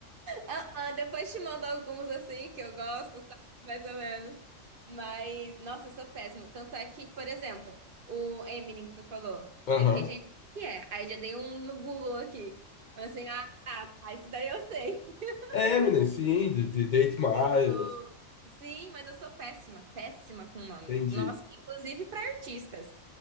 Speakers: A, on the right; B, on the left.
A: Ah, ah, depois te mando alguns assim que eu gosto, sabe? Mais ou menos. Mas, nossa, eu sou péssima. Tanto é que, por exemplo, o Eminem que tu falou.
B: Aham.
A: Eu fiquei, gente, o que que é? Aí eu já dei um no Google aqui. Eu assim, ah, tá, tá, isso daí eu sei. <laughs>
B: Eminem, sim, de, de, de 8 Miles,
A: Eu sou. Sim, mas eu sou péssima, péssima com nome.
B: tem de
A: Nossa, inclusive pra artistas.